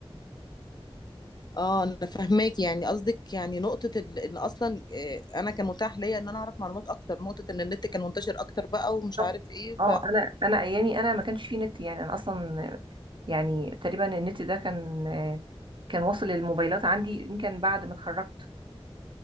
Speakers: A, on the left (about 45°); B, on the right (about 55°).
A: اه انا فاهماك يعني قصدك يعني نقطه ال... ان اصلا آه، انا كان متاح ليا ان انا اعرف معلومات اكتر نقطه ان النت كان منتشر اكتر بقى ومش
B: بالظبط
A: عارف ايه
B: اه انا انا ايامي انا ما كانش فيه نت يعني انا اصلا يعني تقريبا النت ده كان كان واصل للموبايلات عندي يمكن بعد ما اتخرجت